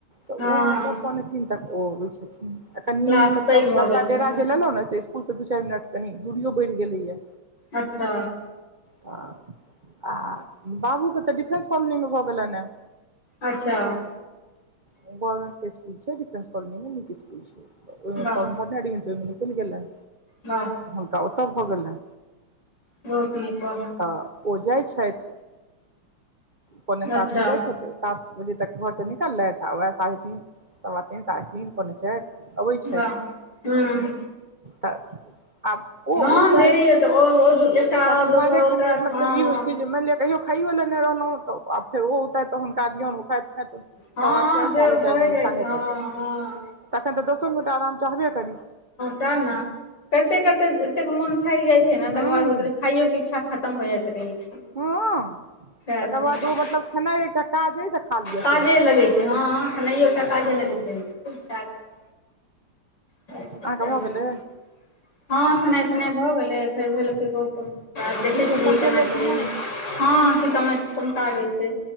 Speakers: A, on the right; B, on the left.
A: तऽ
B: हँ
A: ओ अहाँकेँ पथिन तक ओ अबै छथिन आ कनि
B: क्लास
A: मतलब
B: पैघ भऽ
A: नवका
B: गेल
A: डेरा
B: छै
A: जे लेलहुँ ने से स्कूलसँ दू चारि मिनट कनि दूरो बढ़ि गेलैए
B: अच्छा।
A: तऽ आ बाबू के तऽ डिफेंस कॉलोनी मे भऽ गेल न
B: अच्छा।
A: गवर्नमेंट के स्कु छैडिफेंस कलजनी मे निक स्कूल के
B: वाह
A: मने अडगिन तऽ मिकलकेा
B: हँ
A: हुनका ओतऽ भऽ गेलनि
B: बहुत ठीक ह
A: तऽ ओ जाइ छथि पने साथमे
B: अच्छा
A: जाइ छथि साथ बजे तक घरसँ निकललथि आ वएह साढ़े ती सा तन साढ़े तन पाँच चारि अबै छथि
B: वाह हूँ
A: तऽ आब ओ
B: न
A: औतथि
B: देरीत ओ एकटा आओर
A: तकर
B: दोसर
A: बादे
B: ओतऽ
A: खेनाइ मतलब
B: हँ
A: ई होइ छै जे मइन लिअ कहियो खइयो लेने रहलहुँ तऽ आब फेरो औतथि तऽ हुनका दियउन उखाथि ह त
B: हँ
A: सव चार
B: जे
A: साढ़े
B: भए
A: चार मे
B: जाइ
A: बिछाने
B: छै हँ
A: प जा
B: हँ
A: तखन तऽ दसो मिनटटा आराम चाहबे कड़ी
B: च ने करते करते एतेक मोन थाकि जाइ छै ने
A: हूँ
B: तकर बाद होइत खाइय के छा खतम हो जाइत रहै छै
A: हँ
B: सएह
A: तकर
B: छै
A: बाद ओ मतलब खेनाइ एकटा काज अ तऽ खा लिअ
B: काजे
A: सेवला
B: लगै छै हँ खेनाइयो एकटा काजे
A: हँ
B: <inaudible> सएह छै,
A: अहाँके
B: सएह
A: भऽ गेलै
B: छै। हँ खेनाइ पिनाइ भऽ गेलै फेर भेल ग देखै
A: किचन
B: छलियइ
A: समटलै
B: केना की
A: कि नहि
B: हँ सीतामढ़ी तमतागे छै